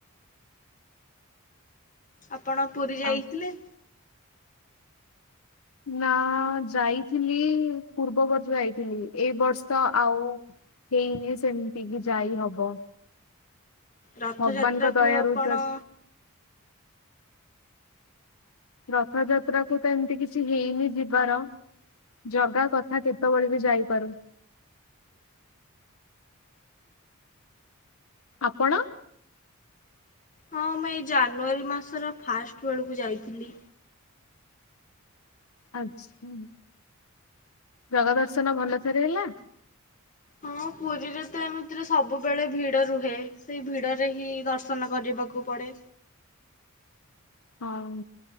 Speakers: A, on the left (about 35°); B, on the left (about 80°).
A: ଆପଣ ପୁରୀ ଯାଇଥିଲେ?
B: ଆଉ ନା ଯାଇଥିଲି ପୂର୍ବବର୍ଷ ଯାଇଥିଲି ଏଇ ବର୍ଷ ଆଉ ହେଇନି ସେମିତି କି ଯାଇ ହବ।
A: ରଥଯାତ୍ରାକୁ
B: ଭଗବାନଙ୍କ ଦୟାରୁ
A: ଆପଣ
B: ଯ ରଥଯାତ୍ରା କୁ ତ ଏମିତି କିଛି ହେଇନି ଯିବାର। ଜଗା କଥା କେତେବେଳେ ବି ଯାଇପାରୁ। ଆପଣ?
A: ହଁ ମୁଁ ଏଇ ଜାନୁଆରୀ ମାସର ଫାଷ୍ଟ ବେଳକୁୁ ଯାଇଥିଲି।
B: ଆଛା ଜଗା ଦର୍ଶନ ଭଲ ଥରେ ହେଲା?
A: ହଁ ପୁରୀରେ ତ ଏମିତିରେ ସବୁବେଳେ ଭିଡ ରୁହେ ସେଇ ଭିଡରେ ହିଁ ଦର୍ଶନ କରିବାକୁ କୁ ପଡ଼େ।
B: ହଁ।